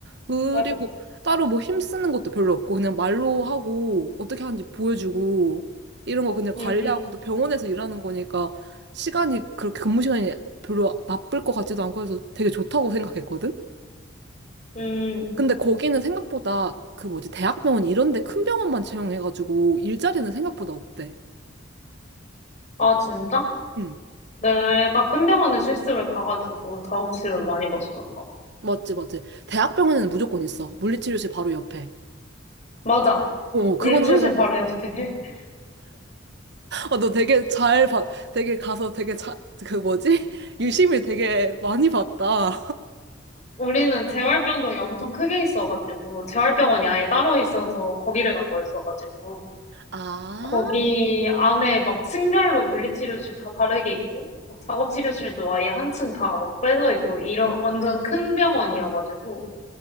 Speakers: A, on the right (about 60°); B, on the left (about 40°).
A: 그리고
B: 맞아.
A: 따로 뭐 힘쓰는 것도 별로 없고 그냥 말로 하고 어떻게 하는지 보여주고 이런 거 그냥
B: 음,
A: 관리하고 또 병원에서 일하는 거니까 시간이 그렇게 근무 시간이 별로 나쁠 것 같지도 않고 해서 되게 좋다고 생각했거든?
B: 음, 음.
A: 근데 거기는 생각보다 그 뭐지 대학병원 이런 데 큰 병원만 채용해가지고 일자리는 생각보다 없대.
B: 아, 진짜?
A: 응,
B: 내가 큰 병원에 실습을 가가지고 작업치료를 많이 봐서 그런가? 봐.
A: 맞지, 맞지. 대학병원에는 무조건 있어. 물리치료실 바로 옆에.
B: 맞아.
A: 어, 그건
B: 물리치료실
A: 항상
B: 바로
A: 봤어.
B: 옆에. <laughs>
A: 아, 너 되게 잘 봤, 되게 가서 되게 자, 그 뭐지? <laughs> 유심히 되게 많이 봤다.
B: 우리는 재활병동이 엄청 크게 있어가지고, 재활병원이 아예 따로 있어서 거기를 간 거였어가지고,
A: 아,
B: 거기 안에 막 층별로 물리치료실 다 다르게 있고, 막 작업치료실도 아예 한 층 다 막 빼져 있고, 이런 완전 큰 병원이어가지고,